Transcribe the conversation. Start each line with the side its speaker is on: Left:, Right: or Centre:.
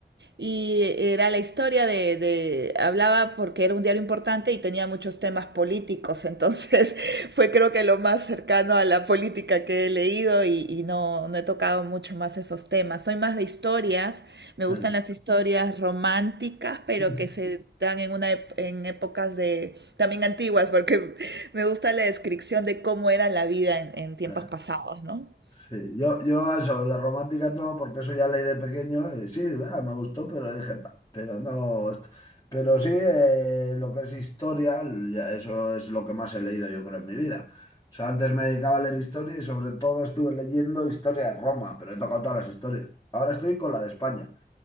Right: Y era la historia de, de- hablaba porque era un diario importante y tenía muchos temas políticos, entonces <laughs> fue creo que lo más cercano a la política que he leído y, y no, no he tocado mucho más esos temas. Soy más de historias, me gustan
Left: mm, mm,
Right: las historias románticas, pero
Left: mm,
Right: que
Left: mm,
Right: se dan en una ep- en épocas de también antiguas, porque <laughs> me gusta la descripción de cómo era la vida en, en tiempos
Left: mm.
Right: pasados, ¿no?
Left: Sí, yo, yo eso, las románticas no, porque eso ya leí de pequeño y sí, ah, me gustó, pero dije, "Pa", pero no, est- pero sí, eh, lo que es historia, ya eso es lo que más he leído yo creo en mi vida. O sea, antes me dedicaba a leer historia y sobre todo estuve leyendo historia de Roma, pero he tocado todas las historias. Ahora estoy con la de España,